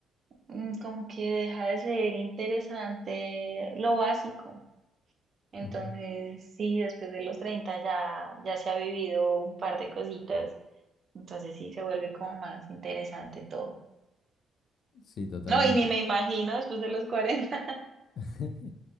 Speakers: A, on the right; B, on the left.
A: mm, como que deja de ser interesante lo básico. Entonces,
B: ujú.
A: sí, después de los 30 ya, ya se ha vivido un par de cositas. Entonces sí se vuelve como más interesante todo.
B: Sí, totalmente.
A: No, y ni me imagino después de los 40. <laughs>
B: <laughs>